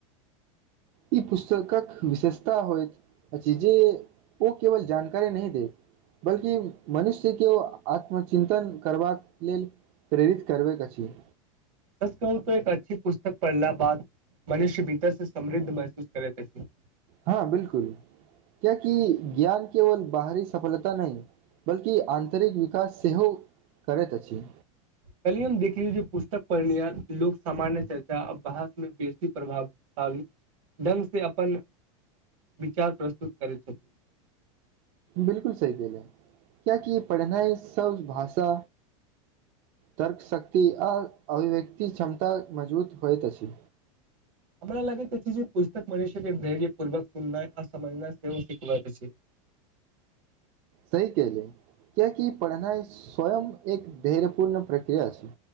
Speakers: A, on the right; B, on the right.
A: ई पुस्तकक विशेषता होइ अछि जे। ओ केवल जानकारी नहि देत। बल्कि मनुष्य के ओ आत्मचिन्तन करबाक लेल प्रेरित करबाकैत अछि।
B: सच कहू त एक अच्छी पुस्तक पढ़ला बाद मनुष्य भीतर से समृद्ध महसूस करेेथि।
A: हँ बिलकुल क्या कि ज्ञान केवल बाहरी सफलता नई। बल्कि आन्तरिक विकास सेहो। करैत अछी।
B: कलिय हम देखलियौ जे पुस्तक पढ़णय लोक सामान्य चर्चा आ बहासमे बेसी प्रभावशाली ढ्ंग से अपन विचार प्रस्तुत करैत छथिन।
A: बिलकुल सही क ल कियकि पढ़नाइ सब भाषा तर्कशक्त आ अभिव्यक्त क्षमता मजबूत होइतत अछि।
B: हमरा लगे प जे पुस्तक मि छै धैर्य पूर्वक सुनना आ समझना से सीख छै।
A: सही कहलो कियाकि पढ़नाइ। स्वयं एक धैर्यपूर्ण प्रक्रिया छै।